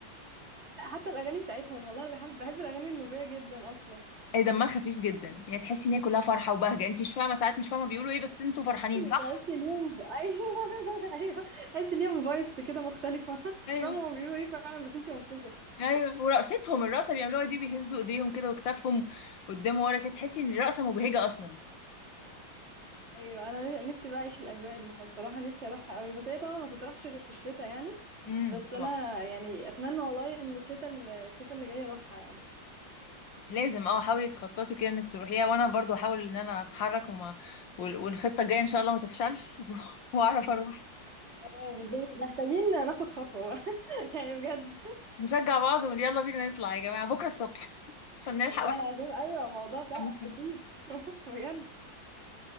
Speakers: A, on the right (about 35°); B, on the left (about 70°).
A: لا حتى الاغاني بتاعتهم والله انا بحب بحب الاغاني النوبيه جدا اصلا
B: اي دمها خفيف جدا يعني تحسي ان هي كلها فرحه وبهجه انت مش فاهمه ساعات مش فاهمه بيقولوا ايه بس انتوا فرحانين
A: تحس
B: صح
A: اليوم <laughs> ايوه ايوه تحس ليهم فايبس كده مختلفه <laughs> مش
B: ايوه
A: فاهمه هما بيقولوا ايه فعلا بس انتي مبسوطه
B: ايوه ورقصتهم الرقصه بيعملوها دي بيهزوا ايديهم كده وكتافهم قدام ورا كده تحسي ان الرقصه مبهجه اصلا
A: ايوه انا نفسي بقى اعيش الاجواء دي فالصراحه نفسي اروحها قوي بس هي طبعا ما تطرحش غير في الشتاء يعني
B: امم
A: بس
B: طبعا
A: انا يعني اتمنى والله ان الشتاء ال- الشتاء اللي جاي اروحها يعني
B: لازم اه حاولي تخططي كده انك تروحيها وانا برضو احاول ان انا اتحرك وما وال- والخطه الجايه ان شاء الله ما تفشلش <laughs> واعرف اروح
A: اه بالظبط محتاجين ناخد خطوه بقى <laughs> يعني بجد
B: نشجع بعض ونقول يلا بينا نطلع يا جماعة بكرة الصبح <laughs> عشان نلحق
A: والله
B: واحد
A: العظيم ايوه الموضوع ده
B: نكمل فيه
A: بسيط <laughs> بجد